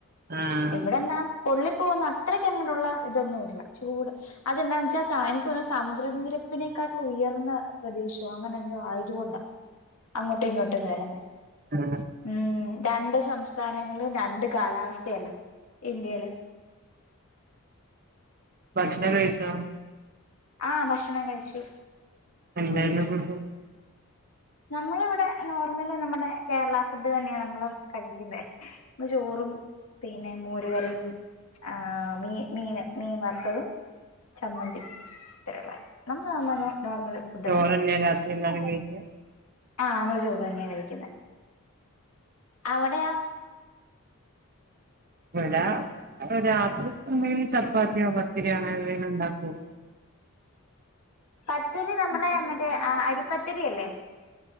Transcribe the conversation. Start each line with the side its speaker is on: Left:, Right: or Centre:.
Right: ആഹ്
Left: എവിടെന്നാ പൊള്ളിപ്പോകുന്ന അത്രക്ക് അങ്ങടൂള്ള ഇതൊന്നുമില്ലാ ചൂട് അത്എന്നവെച്ച <unintelligible> സമുദ്ര നിരപ്പിനെക്കാട്ടിൽ ഉയർന്ന പ്രദേശം അങ്ങനെ എന്തോ ആയതുകൊണ്ടാ അങ്ങോട്ടും ഇങ്ങോട്ടും വരുന്ന
Right: ആഹ്
Left: ഉം രണ്ട് സംസ്ഥാനങ്ങളും രണ്ട് കാലാവസ്ഥയല്ലേ ഇന്ത്യയില്
Right: ഭക്ഷണം കഴിച്ച
Left: ആ ഭക്ഷണം കഴിച്ചു
Right: എന്തായിര്ന്നു ഫുഡ്
Left: നമ്മളിവിടെ നോർമലി നമ്മുടെ കേരള ഫുഡ് തന്നെയ നമ്മള് കഴിക്കുന്നെ ചോറും പിന്നെ മോരും തടു കറിയും ആ മീ മീന് മീൻ വർത്തതും ചമ്മന്തി ഇത്ര ഉള്ളാരുന്നു നമ്മൾ നോർമൽ ഫുഡ്
Right: ചോറന്നെ
Left: തന്നെ
Right: <unintelligible>
Left: ആഹ് നമ്മള് ചോറ് തന്നെയാ കഴിക്കുന്ന അവിടെയാ
Right: ഇവിട രാത്രി സമയം ചപ് ചപ്പാത്തിയോ പത്തിരിയോ അങ്ങനെ എന്തേലും ഉണ്ടാക്കും
Left: പത്തിരി നമ്മുടെ മറ്റേ അരിപ്പത് ത്തിരിയല്ലേ